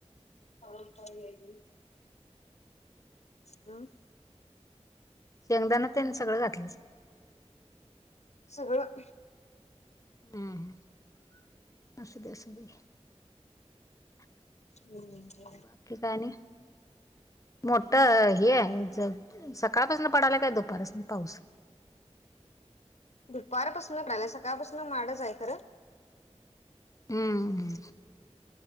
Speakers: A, on the left; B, on the left.
A: आतालीली. हं
B: शेंगदाना त्यांनी सगळं घातलं
A: सगळं.
B: हम्म ह असुदे असुदे
A: हम्म
B: बाकी काय आणि मोठ हे आहे ज सकाळपासून पडायला काय दुपारपासून पाऊस
A: दुपारपासून सकाळपासून माडच आहे खरं
B: हम्म हम्म.